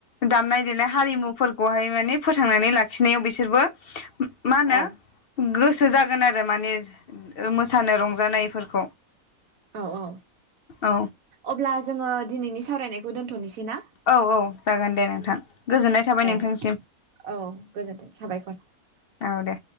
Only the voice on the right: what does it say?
औ
औ औ
अब्ला जोङो दिनैनि सावरायनायखौ खौ दोनथनोसै। ना
औ
औ गोजोनथों साबायखर।